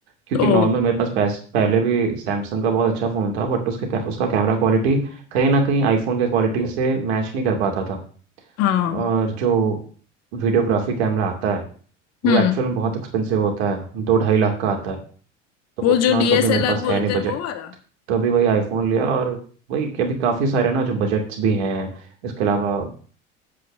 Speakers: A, on the right (about 60°); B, on the left (about 45°).
A: क्योंकि
B: ओ
A: नॉर्मल मेरे पास पैस, पहले भी सैमसंग का बहुत अच्छा फ़ोन था बट उसके कै- उसका कैमरा क्वालिटी कहीं ना कहीं आईफोन के क्वालिटी से मैच नहीं कर पाता था
B: हाँ
A: और जो वीडियोग्राफी कैमरा आता है वो
B: हम्म
A: एक्चुअल में बहुत एक्सपेंसिव होता है दो ढाई लाख का आता है तो
B: वो
A: उतना
B: जो डीएसएलआर
A: तो अभी मेरे पास है
B: बोलते
A: नहीं बजट
B: हैं वो वाला
A: तो अभी वही आईफोन लिया और वही कि अभी काफ़ी सारे ना जो बजट्स भी हैं इसके अलावा